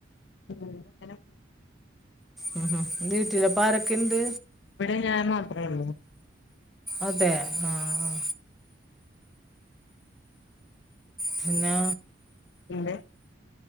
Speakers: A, on the left (about 65°); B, in the centre.
A: ഉം ഇങ്ങനെ
B: ഉം ഉം വീട്ടില് ഇപ്പ ആരൊക്കെ ഇണ്ട്
A: ഇവിടെ ഞാൻ മാത്രേ ഒള്ളൂ
B: അതെ ആഹ് പിന്നെ
A: എന്ത്